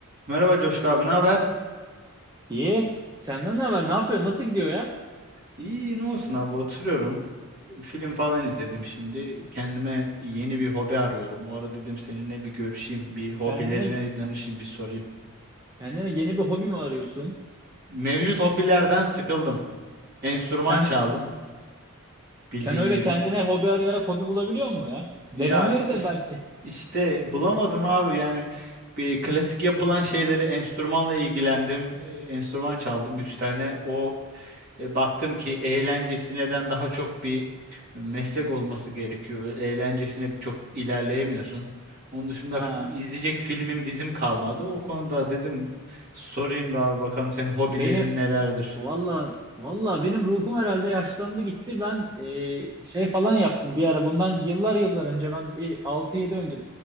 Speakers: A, on the right (about 45°); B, on the right (about 15°).
A: Merhaba Coşku abi, ne haber?
B: İyi. Senden ne haber? Ne yapıyorsun? Nasıl gidiyor ya?
A: İyi, ne olsun abi, oturuyorum. Film falan izledim şimdi. Kendime yeni bir hobi arıyorum. O ara dedim seninle bir görüşeyim, bir hobilerine
B: Kendine
A: danışayım, bir sorayım.
B: kendine yeni bir hobi mi arıyorsun?
A: Mevcut hobilerden sıkıldım. Enstrüman
B: Sen
A: çaldım, bildiğin
B: sen öyle
A: gibi.
B: kendine hobi arayarak hobi bulabiliyor musun ya?
A: Ya
B: Denenir
A: iş-
B: de belki.
A: işte, bulamadım abi yani bir klasik yapılan şeyleri enstrümanla ilgilendim. Ee, Enstrüman çaldım 3 tane. O e, baktım ki eğlencesineden daha çok bir meslek olması gerekiyor. Eğlencesine çok ilerleyemiyorsun. Onun dışında
B: Ha.
A: f- izleyecek filmim dizim kalmadı. O konuda dedim sorayım bir abi bakalım senin hobilerin
B: Benim
A: nelerdir?
B: valla valla benim ruhum herhalde yaşlandı gitti. Ben e, şey falan yaptım bir ara. Bundan yıllar yıllar önce ben bir 6-7 önce